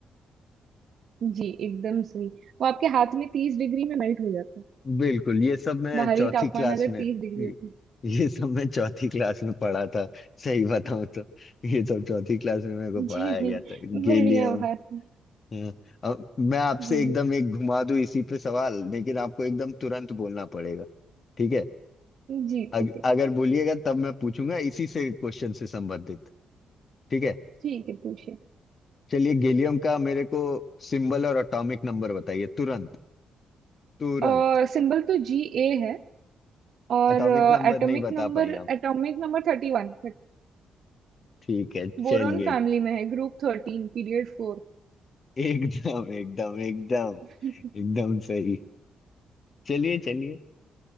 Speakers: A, on the right; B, on the left.
A: जी एकदम सही वो आपके हाथ में तीस डिग्री में मेल्ट हो जाता है
B: बिल्कुल ये सब मैं
A: बाहरी
B: चौथी
A: तापमान
B: क्लास
A: अगर
B: में
A: तीस डिग्री
B: ये
A: होता है।
B: ये सब मैं चौथी क्लास में पढ़ा था सही बताऊं तो ये सब चौथी क्लास में मेरे को
A: जी
B: पढ़ाया गया था गैलियम
A: बढ़िया बात है <laughs>
B: हम्म, अब मैं आपसे
A: जी
B: एकदम एक घुमा दूं इसी पे सवाल लेकिन आपको एकदम तुरंत बोलना पड़ेगा ठीक है
A: जी
B: अग,
A: ठीक है
B: अगर बोलिएगा तब मैं पूछूंगा इसी से क्वेश्चन से संबंधित ठीक है
A: ठीक है पूछिए
B: चलिए गैलियम का मेरे को सिंबल और एटॉमिक नंबर बताइए तुरंत तुरंत
A: अ सिंबल तो जी ए है और
B: एटॉमिक नंबर
A: एटॉमिक
B: नहीं बता
A: नंबर
B: पाए आप
A: एटॉमिक नंबर थर्टी वन
B: ठीक है
A: बोरॉन
B: चलिए
A: फैमिली में है ग्रुप थर्टीन पीरियड फोर
B: एकदम एकदम एकदम
A: <laughs>
B: एकदम सही चलिए चलिए